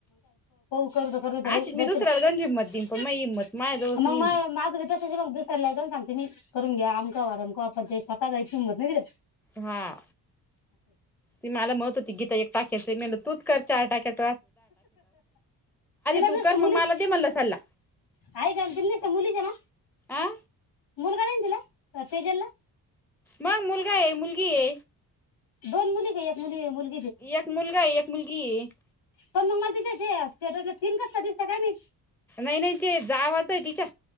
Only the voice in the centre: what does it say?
अशी मी दुसऱ्याला गंज
हिंमत देईन पण माझी हिंमत माझ्याजवळच
नाही
ना
हा. ती मला म्हणत होती टाक्याचे म तूच कर चार टाक्याच
तू
कर मग
मला दे म्हणलं सल्ला
आ
मग मुलगाए, मुलगीए.
एक मुलगा एक मुलगीए <inaudible>
नाही. नाही. ते जावाचं आहे तिच्या